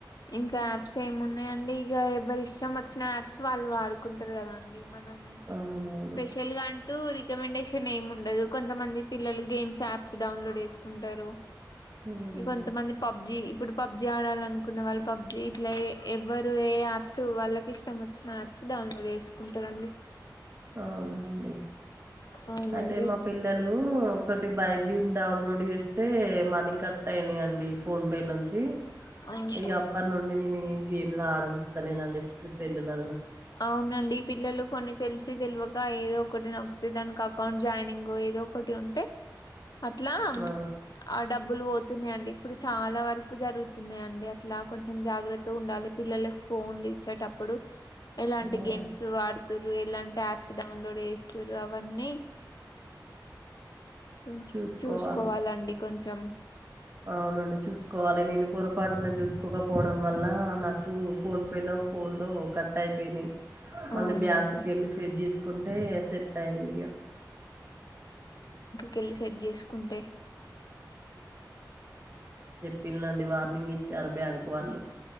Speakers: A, on the left; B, on the right.
A: ఇంకా యాప్స్ ఏమున్నాయండి ఇక ఎవరి ఇష్టం వచ్చిన యాప్స్ వాళ్ళు వాడుకుంటారు కదా అండి మనం
B: అవునవును
A: స్పెషల్ గా అంటూ రి కమెండేషన్ ఏం ఉండదు కొంతమంది పిల్లలు గేమ్స్ యాప్స్ డౌన్లోడ్ చేసుకుంటారు
B: ఉమ్,
A: ఇ కొంతమంది పబ్జి ఇప్పుడు పబ్జి ఆడాలను కున్న వాళ్ళు పబ్జీ ఇట్ల ఏ ఎవ్వరు ఏ యా సు వాళ్ళకి ఇష్టం వచ్చిన యాప్స్ డౌన్లోడ్ చేసుకుంటారండి
B: అవునా అంది
A: అవునండి
B: అయితే మా పిల్లలు ఒక టి బైక్ గేమ్ డౌన్లోడ్ చేస్తే మనీ కట్ అయినాయండి ఫోన్ పే నుంచి
A: అవును
B: ఇగ అప్పటి నుండి నేను ఏం గేమ్ లు ఆడనిస్తలేనండి తి సెల్లులల్లా
A: అవునండి పిల్లలు కొన్ని తెలిసీ తెల్వక ఏదో ఒకటి నొక్తే దానికి అకౌంట్ జాయినింగ్ ఏదో ఒకటి ఉంటే అట్లా
B: ఆ,
A: ఆ డబ్బులు పో తున్నాయండి ఇప్పుడు చాలా వరకు జరుగుతున్నాయండి అట్లా కొంచెం జాగ్రత్త ఉండాలి పిల్లలకు ఫోన్లు ఇచ్చేటప్పుడు ఎలాంటి
B: ఆ,
A: గేమ్స్ ఆడుతుర్రు ఎలాంటి యాప్స్ డౌన్లోడే ఇస్తూరు అవన్నీ చూ
B: చూసుకోవాలి
A: చూసుకోవాలండి కొంచె చం
B: అవునండి చూసుకోవాలి నేను పొరపాటున చూసుకోకపోవడం వల్ల నాకు ఫోన్ పే లో ఫోన్ లో కట్ అయిపోయినాయి మళ్ళీ
A: అవునండి
B: బ్యాంక్కి వెళ్ళి సెట్ చేసుకుంటే సెట్ అయింది ఇగా
A: కెలి సెట్ చేసుకుంటే
B: పిల్లండి వార్నింగ్ ఇచ్చారు బ్యాంక్ వాళ్ళు